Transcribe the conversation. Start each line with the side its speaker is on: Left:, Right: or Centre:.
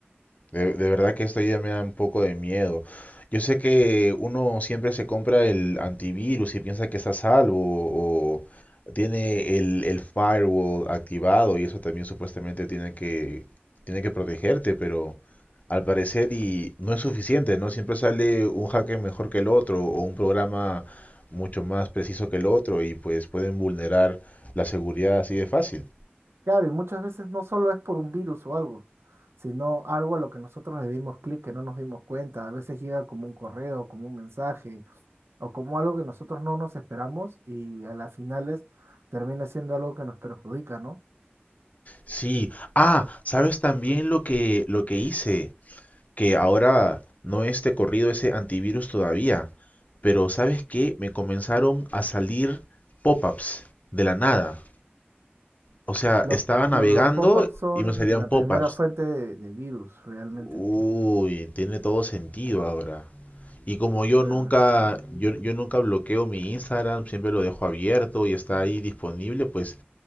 Left: De, de verdad que esto ya me da un poco de miedo. Yo sé que uno siempre se compra el antivirus y piensa que está a salvo o tiene el, el firewall activado y eso también supuestamente tiene que, tiene que protegerte, pero al parecer y no es suficiente, ¿no? Siempre sale un hacker mejor que el otro o un programa mucho más preciso que el otro y pues pueden vulnerar la seguridad así de fácil.
Right: Claro, y muchas veces no solo es por un virus o algo, sino algo a lo que nosotros le dimos clic que no nos dimos cuenta. A veces llega como un correo, como un mensaje, o como algo que nosotros no nos esperamos y a las finales termina siendo algo que nos perjudica, ¿no?
Left: Sí, ah, ¿sabes también lo que lo que hice? Que ahora no esté corrido ese antivirus todavía, pero ¿sabes qué? Me comenzaron a salir pop-ups de la nada. O sea,
Right: Los,
Left: estaba navegando
Right: los pop-ups son
Left: y me salían
Right: la
Left: pop-ups.
Right: primera fuente de, de virus, realmente.
Left: Uy, tiene todo sentido ahora. Y como yo
Right: Claro.
Left: nunca yo, yo nunca bloqueo mi Instagram, siempre lo dejo abierto y está ahí disponible, pues